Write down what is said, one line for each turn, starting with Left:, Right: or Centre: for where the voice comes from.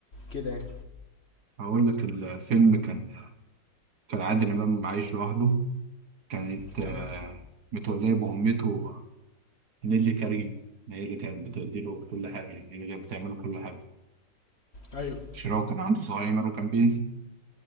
Left: كده يعني
Right: اقول لك الفيلم كان كان عادل امام عايش لوحده كانت آه،
Left: تمام
Right: متولية بأمته نيلي كريم هي اللي كانت بتديله كل حاجة يعني هي اللي كانت بتعمله كل حاجة
Left: أيوه
Right: عشان هو كان عنده زهايمر وكان بينسى